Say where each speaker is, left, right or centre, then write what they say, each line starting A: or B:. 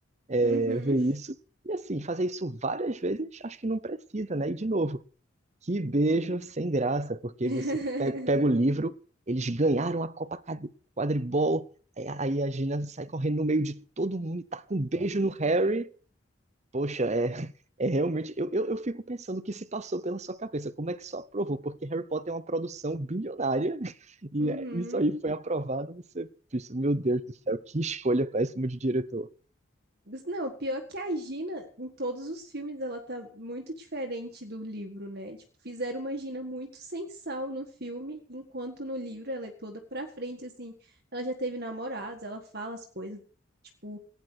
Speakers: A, on the right; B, on the right.
A: é,
B: Uhum.
A: ver isso. E assim, fazer isso várias vezes, acho que não precisa, né? E de novo, que beijo sem graça, porque
B: <laughs>
A: você pe- pega o livro, eles ganharam a Copa Cad- Quadribol, aí a aí a Gina sai correndo no meio de todo mundo e tá com um beijo no Harry. Poxa, é, <laughs> é realmente. Eu, eu, eu fico pensando o que se passou pela sua cabeça, como é que isso aprovou? Porque Harry Potter é uma produção bilionária <laughs> e
B: Uhum.
A: é, isso aí foi aprovado. Você pensa, meu Deus do céu, que escolha péssima de diretor.
B: Gus- Não, pior que a Gina, em todos os filmes, ela tá muito diferente do livro, né? Tipo, fizeram uma Gina muito sem sal no filme, enquanto no livro ela é toda pra frente, assim. Ela já teve namorados, ela fala as coisas, tipo,